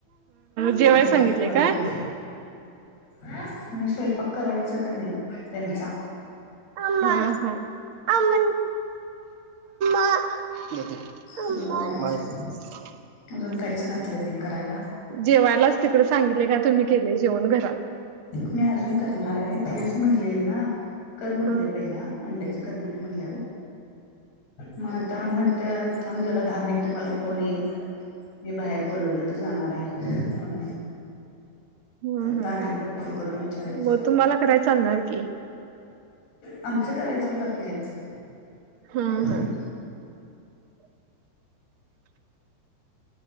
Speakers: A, on the right; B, on the left.
A: जेवय
B: पण आता
A: सांगितलेय
B: कॉल
A: का
B: करून नाही स्वयंपाक करायच का नाही त्यांचा
A: हा हा अम अ <unintelligible>
B: कधी आवरायचं अजून काहीच घातलं नाही करायला
A: जेवायलाच तिकडे सांगितले का तुम्ही केले जेवण घरात
B: मी अजून करणार आहे तुम्हीच म्हणलेले ना कर म्हणले
A: हा.
B: पहिला अंड्याच करणार नाही म्हणल्यावर मग आता म्हणते थांब जरा दहा मिनिटं मला फोन येईल मी बाहेर बोलवल तर जाणार आहे म्हणून
A: हम्म हम्म
B: <unintelligible> एकदा फोन करून विचारायच
A: मग तुम्हाला कराय चालणार की.
B: आमचं करायचं कि बाकीच्यांच ह
A: हा हा. <inaudible>